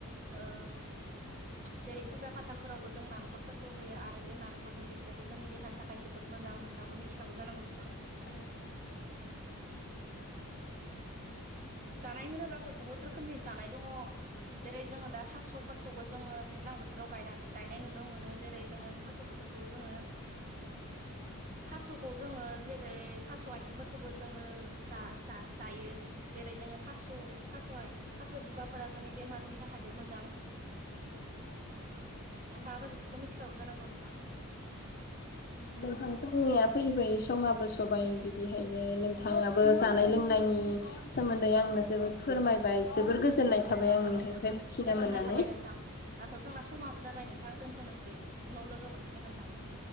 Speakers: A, on the right (about 35°); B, on the left (about 45°).
A: ओ जेरै फुजा फाथालफोरावबो जों नालखरफोरखौ होयो आरो बे नालखरनि रिसियाथ' जोंनि देहानि थाखाय जोबोद मोजां नोंथाङाथ' मिथिखागौ जानांगौ नोंथां?
B: <unintelligible>
A: जानाय होनोब्लाथ' बहुद रोखोमनि जानाय दङ जेरै जोंङो दा थास' फोरखौबो जोङो दैज्लां बोथोराव गायना गायनाय नुनो मोनो जेरै जोङो थास' बोथोरखौ जोङो थास'खौ जोङो जेरै थास' आथिंफोरखौबो जोङो जा, जा जायो जेरै जोङो थास' थास'आय थास' बुगाफोरा जोंनि बेमारनि थाखायबो मोजां
B: <inaudible>
A: नोंथाङाथ' बेफोरखौ मिथिखागौ जानांगौ नोंथां
B: नोंथां जोंनिया फैयै फैयै समाबो सबाइ बिदिहायनो नोंथाङाबो जानाय लोंनायनि सोमोन्दै आंनो
A: औ
B: जोबोद फोरमायबाय जोबोर गोजोननाय थाबाय
A: औ नंगौ
B: आं नोंथांनिफ्राय
A: नोंथां
B: मोनथिना
A: गोजोननाय
B: मोननानै
A: थाबाय नोंथां दाथ' जोंना समाबो जाबाय नोंथां दोन्थ'नोसै उनाव लोगो मोनसिगोन नोंथां